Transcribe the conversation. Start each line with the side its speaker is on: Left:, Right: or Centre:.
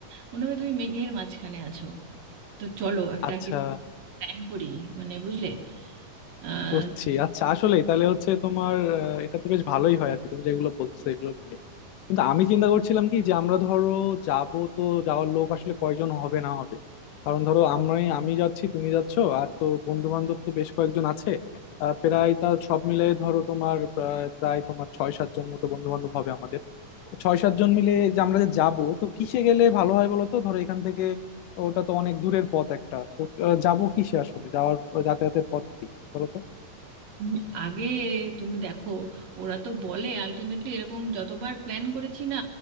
Right: মনে হবে তুমি মেঘের মাঝখানে আছো তো চলো একটা
Left: আচ্ছা
Right: কি প্ল্যান করি মানে বুঝলে আহ
Left: বুঝছি আচ্ছা আসলেই তাহলে হচ্ছে তোমার আহ, এটা তো বেশ ভালোই হয় আর কি তুমি যেগুলো বলতেছো এগুলো মিলে কিন্তু আমি চিন্তা করছিলাম কি যে আমরা ধরো যাব তো যাওয়ার লোক আসলে কয়জন হবে না হবে কারণ ধরো আমরা আমি যাচ্ছি তুমি যাচ্ছো আর তো বন্ধু বান্ধব তো বেশ কয়েকজন আছে আহ, প্রায় তা সব মিলে ধরো তোমার প্রায় প্রায় তোমার ছয় সাতজন মতো বন্ধু বান্ধব হবে আমাদের ছয় সাতজন মিলে যে আমরা যে যাব তো কিসে গেলে ভালো হয় বলো তো ধরো এখান থেকে ওটা তো অনেক দূরের পথ একটা তো আহ, যাবো কিসে আসলে যাওয়ার যাতায়াতের পথ কি বলো তো
Right: উম, আগে তুমি দেখো ওরা তো বলে আলটিমেটলি এরকম যতবার প্ল্যান করেছি না